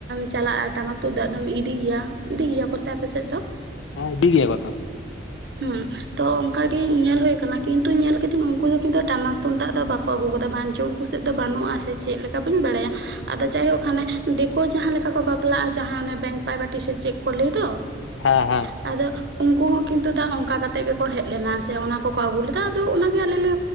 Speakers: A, on the right; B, on the left.
A: ᱪᱟᱞᱟᱜᱼᱟ ᱴᱟᱢᱟᱠ ᱛᱩᱢᱫᱟᱜ ᱫᱚᱢ ᱤᱫᱤᱭᱜᱤᱭᱟ ᱤᱫᱤᱭᱜᱤᱭᱟ ᱠᱚ ᱥᱮ ᱟᱯᱮᱥᱮᱫ ᱫᱚ
B: ᱦᱮᱸ ᱤᱫᱤᱜᱮᱭᱟ ᱠᱚ ᱛᱚ।
A: ᱦᱩᱸ ᱛᱚ ᱚᱱᱠᱟ ᱜᱮ ᱧᱮᱞ ᱦᱩᱭ ᱟᱠᱟᱱᱟ, ᱠᱤᱱᱛᱩ ᱧᱮᱞ ᱠᱮᱫᱟᱹᱧ ᱩᱱᱠᱩ ᱫᱚ ᱠᱤᱱᱛᱩ ᱴᱟᱢᱟᱠ ᱛᱩᱢᱫᱟᱜ ᱫᱚ ᱵᱟᱠᱚ ᱟᱹᱜᱩ ᱜᱚᱫᱟ ᱵᱟᱝᱪᱚ ᱩᱱᱠᱩ ᱥᱮᱫ ᱫᱚ ᱵᱟᱹᱱᱩᱜ-ᱟ, ᱥᱮ ᱪᱮᱫ ᱞᱮᱠᱟ ᱵᱟᱹᱧ ᱵᱟᱲᱟᱭᱟ᱾ ᱟᱫᱚ ᱡᱟᱭᱦᱳᱠ ᱦᱟᱱᱮ ᱫᱤᱠᱩ ᱡᱟᱦᱟᱸ ᱞᱮᱠᱟ ᱠᱚ ᱵᱟᱯᱞᱟᱜ-ᱟ ᱡᱟᱦᱟᱸ ᱚᱱᱮ ᱵᱮᱝᱠ ᱯᱟᱭᱵᱟᱴᱤ ᱥᱮ ᱪᱮᱫ ᱠᱚ ᱞᱟᱹᱭ ᱫᱚ,
B: ᱦᱚᱸ ᱦᱚᱝ
A: ᱟᱫᱚᱜ ᱩᱱᱠᱩ ᱦᱚᱸ ᱠᱤᱸᱛᱩ ᱫᱟᱜ ᱚᱱᱠᱟ ᱠᱟᱛᱮᱜ ᱜᱮᱠᱚ ᱦᱮᱡ ᱞᱮᱱᱟ ᱥᱮ ᱚᱱᱟ ᱠᱚᱠᱚ ᱟᱹᱜᱩ ᱞᱮᱫᱟ ᱟᱫᱚ ᱚᱱᱟ ᱜᱮ ᱟᱞᱮ ᱞᱮ